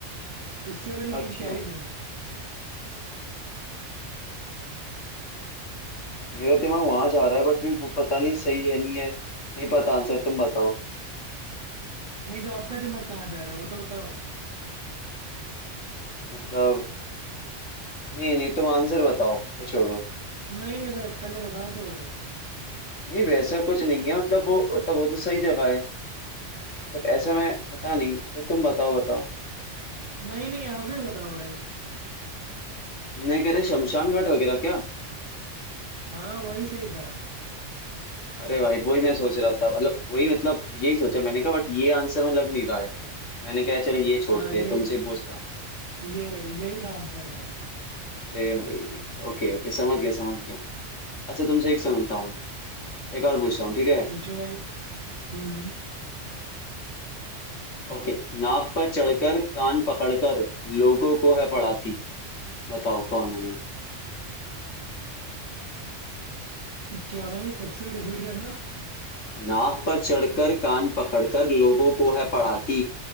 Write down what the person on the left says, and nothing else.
अच्छा
मेरा दिमाग वहां जा रहा है बट मैं वो पता नहीं सही है नहीं है नहीं पता आंसर तुम बताओ
मतलब नहीं नहीं तुम आंसर बताओ वो छोड़ो
नहीं वैसा कुछ नहीं है मतलब वो मतलब वो तो सही जगह है मतलब ऐसा मैं पता नहीं अच्छा तुम बताओ बताओ
नहीं कह रहे शमशान घाट वगैरह क्या
अरे भाई वही मैं सोच रहा था मतलब वही मतलब यही सोचा मैंने कहा बट ये आंसर में लग नहीं रहा है मैंने कहा चलो ये छोड़ते
हैं तुमसे ही पूछता हूँ।
अरे भाई ओके ओके समझ गया समझ गया अच्छा तुमसे एक समझता हूँ एक और पूछता हूँ ठीक है
ओके नाव पर चढ़कर कान पकड़कर लोगों को है पढ़ाती बताओ कौन हूं मैं
नाव पर चढ़कर कान पकड़कर लोगों को है पढ़ाती